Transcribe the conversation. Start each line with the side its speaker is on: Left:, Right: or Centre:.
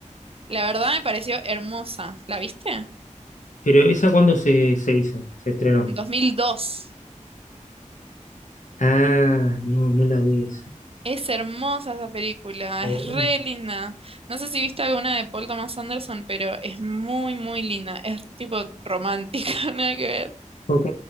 Right: La verdad me pareció hermosa. ¿La viste?
Left: Pero esa cuando se, se hizo, se estrenó.
Right: 2002.
Left: Ah, no, no la vi esa.
Right: Es hermosa esa película,
Left: Ah,
Right: es
Left: bueno.
Right: re linda. No sé si viste alguna de Paul Thomas Anderson, pero es muy, muy linda. Es tipo romántica, <laughs> nada que ver.
Left: Ok,